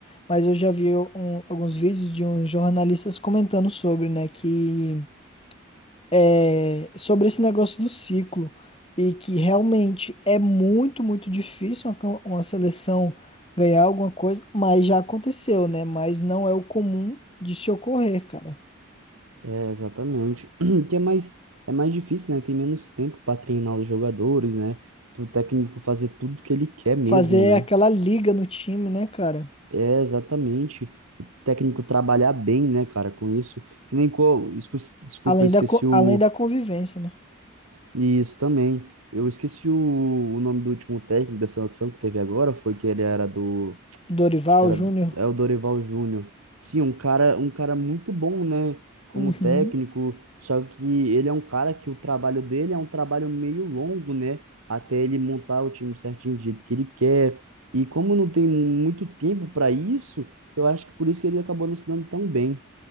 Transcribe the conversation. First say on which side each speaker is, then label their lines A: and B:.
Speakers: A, on the left; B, on the right.
A: mas eu já vi um- alguns vídeos de uns jornalistas comentando sobre, né, que é, sobre esse negócio do ciclo e que realmente é muito, muito difícil uma, cam- uma seleção ganhar alguma coisa, mas já aconteceu, né? Mas não é o comum de se ocorrer, cara.
B: É, exatamente. <clears throat> Que é mais, é mais difícil, né? Tem menos tempo para treinar os jogadores, né? Para o técnico fazer tudo que ele quer mesmo,
A: fazer
B: né?
A: aquela liga no time, né, cara?
B: É, exatamente. O técnico trabalhar bem, né, cara, com isso. Que nem qual. escu- Desculpa,
A: Além
B: eu esqueci
A: da, co-
B: o
A: além da convivência, né?
B: Isso também. Eu esqueci o, o nome do último técnico da seleção que teve agora, foi que ele era do,
A: Dorival
B: acho que era
A: Júnior.
B: do- é o Dorival Júnior. Sim, um cara, um cara muito bom, né, como
A: Uhum.
B: técnico, só que ele é um cara que o trabalho dele é um trabalho meio longo, né, até ele montar o time certinho do jeito que ele quer. E como não tem muito tempo para isso, eu acho que por isso que ele acabou não se dando tão bem.